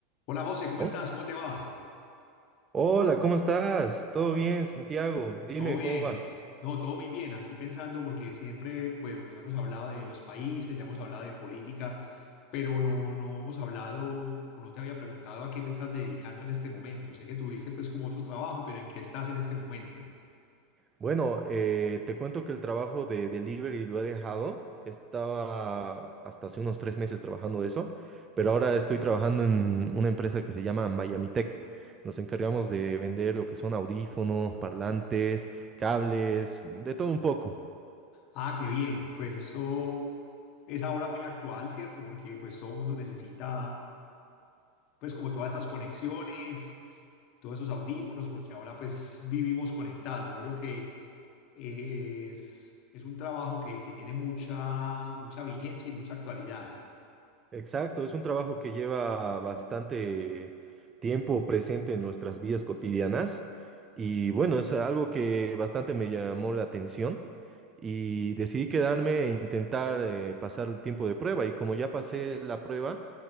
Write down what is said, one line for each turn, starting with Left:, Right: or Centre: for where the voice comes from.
Left: Hola José, ¿cómo
Right: Oh,
Left: estás? ¿Cómo te va?
Right: Hola, ¿cómo estás? ¿Todo bien, Santiago? Dime,
Left: ¿Todo bien?
Right: ¿cómo vas?
Left: No, todo muy bien. Aquí pensando porque siempre, pues, bueno, ya hemos hablado de los países, ya hemos hablado de política, pero no, no hemos hablado o no te había preguntado a qué te estás dedicando en este momento. Sé que tuviste pues como otro trabajo, pero ¿en qué estás en este momento?
Right: Bueno, eh, te cuento que el trabajo de delivery lo he dejado. Estaba hasta hace unos tres meses trabajando de eso, pero ahora estoy trabajando en una empresa que se llama Miami Tech. Nos encargamos de vender lo que son audífonos, parlantes, cables, de todo un poco.
Left: Ah, qué bien. Pues esto es ahora muy actual, ¿cierto? Porque pues todo el mundo necesita pues como todas esas conexiones, todos esos audífonos, porque ahora pues vivimos conectados. Yo creo que es, es un trabajo que, que tiene mucha, mucha vigencia y mucha actualidad.
Right: Exacto, es un trabajo que lleva bastante tiempo presente en nuestras vidas cotidianas y bueno, es algo que bastante me llamó la atención y decidí quedarme e intentar eh, pasar el tiempo de prueba y como ya pasé la prueba,